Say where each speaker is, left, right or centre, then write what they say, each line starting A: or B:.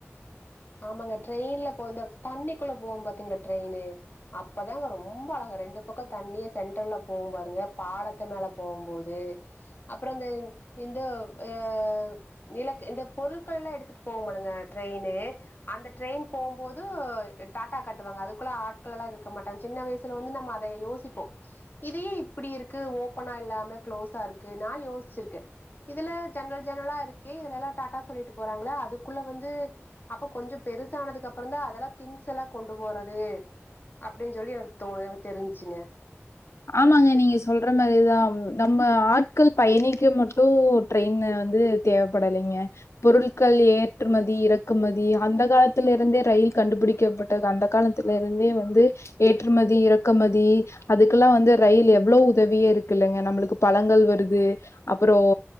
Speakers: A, on the left (about 45°); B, on the left (about 70°).
A: ஆமாங்க ட்ரெயின்ல போ தண்ணிக்குள்ள போவ பாத்தீங்களா ட்ரெயின்னு அப்பதாங்க ரொம்ப அழகா ரெண்டு பக்கம் தண்ணிய சென்டரல போகும் பாருங்க பாலத்த மேல போகும்போது அப்புற இந்த இந்த அ நிலக்கு இந்த பொருட்கள்லா எடுத்துட்டு போவமுலங்க ட்ரெயின்னு அந்த ட்ரெயின் போம்போது டாடா காட்டுவாங்க அதுக்குள்ள ஆட்கள்ள எல்லாம் இருக்க மாட்டாங்க சின்ன வயசுல வந்து நம்ம அதை யோசிப்போம் இதையே இப்படி இருக்கு ஓபனா இல்லாம க்ளோஸ்ஸா இருக்கு நான் யோசிச்ருக்கே இதுல ஜென்னல் ஜென்னலா இருக்குே இதுல எல்லாம் டாட்டா சொல்லிட்டு போறாங்கள அதுக்குள்ள வந்து அப்ப கொஞ்சம் பெருசானதுக்கு அப்புறம் தா அதெல்லாம் திங்ஸ் எல்லா கொண்டு போறது அப்படின்னு சொல்லி எனக்கு தோணு எனக்கு தெரிஞ்ச்சுங்க
B: ஆமாங்க நீங்க சொல்ற மாதிரிதா நம்ம ஆட்கள் பயணிக்க மட்டும் ட்ரெயின் வந்து தேவைப்படலைங்க பொருட்கள் ஏற்றுமதி இறக்குமதி அந்த காலத்தில இருந்தே ரயில் கண்டுபிடிக்கப்பட்டது அந்த காலத்தில இருந்தே வந்து ஏற்றுமதி இறக்குமதி அதுக்கு வந்து ரயில் எவ்வளவு உதவியே இருக்கு இல்லங்க நம்மளுக்கு பழங்கள் வருது அப்புறம்